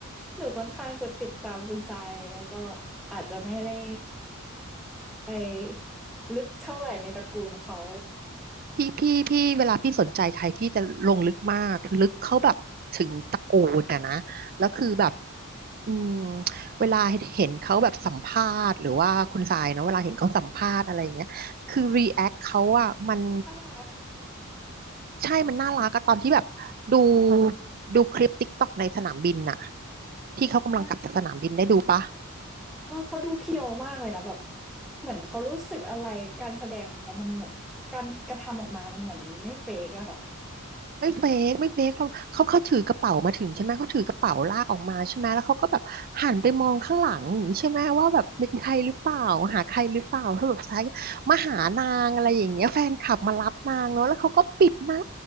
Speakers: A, in the centre; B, on the right.
A: หนูค่อนข้างจะติดตามคุณทรายแล้วก็อาจจะไม่ได้ไปลึกเท่าไหร่ในตระกูลเขา
B: พี่พี่พี่เวลาพี่สนใจใครที่จะลงลึกมากลึกเขาแบบถึงตระกูลอะนะแล้วคือแบบอืมเวลาเห็นเขาแบบสัมภาษณ์หรือว่าคุณสายเนาะเวลาเห็นเขาสัมภาษณ์อะไรอย่างเงี้ยคือรีแอคเขาอะมัน
A: น่ารัก
B: ใช่มันน่ารักอะตอนที่แบบดูดูคลิปติ๊กต็อกในสนามบินน่ะที่เขากำลังกลับจากสนามบินได้ดูปะ
A: มากเออเขาดูเพียวมากเลยนะแบบเหมือนเขารู้สึกอะไรการแสดงของเขามันเหมือนการกระทำออกมามันเหมือนไม่เฟกอะค่ะ
B: ไม่เฟกไม่เฟกเพราะเขาเขาถือกระเป๋ามาถึงใช่ไหมเขาถือกระเป๋าลากออกมาใช่ไหมแล้วเขาก็แบบหันไปมองข้างหลังอย่างนี้ใช่ไหมว่าแบบเป็นใครหรือเปล่าหาใครหรือเปล่าสรุปท้ายก็มาหานางอะไรอย่างเงี้ยแฟนคลับมารับนางเนาะแล้วเขาก็ปิดหน้า